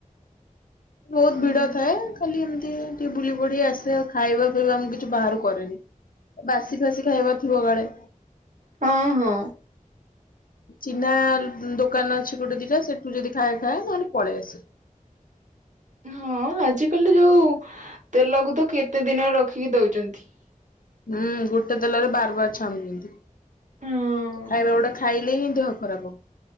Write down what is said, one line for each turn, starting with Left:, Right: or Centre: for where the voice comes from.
Left: ବୋହୁତ
Right: ଅ
Left: ଭିଡ ଥାଏ ଖାଲି ଏମିତି ଟିକେ ବୁଲି ପଡି ଆସେ ଆଉ ଖାଇବା ପିଇବା ମୁଁ କିଛି ବାହାରାରୁ କରେନି। ବାସି ଫାସି ଖାଇବାର ଥିବ କାଳେ।
Right: ହଁ ହଁ।
Left: ଚିହ୍ନା ଦୋକାନ ଅଛି ଗୋଟେ ଦିଟା ସେଠୁ ଯଦି ଖାଏ ଖାଏ ନହେଲେ ପଳେଇ ଆସେ।
Right: ହଁ ଆଜିକାଲି ଯୋଉ ତେଲକୁ ତ କେତେ ଦିନରେ ରଖିକି ଦୋଉଛନ୍ତି।
Left: ହୁଁ ଗୋଟେ ତେଲରେ ବାର ବାର ଛାଣୁଛନ୍ତି
Right: ହଁ
Left: ଖାଇବା ଗୁଡା ଖାଇଲେ ହିଁ ଦେହ ଖରାପ।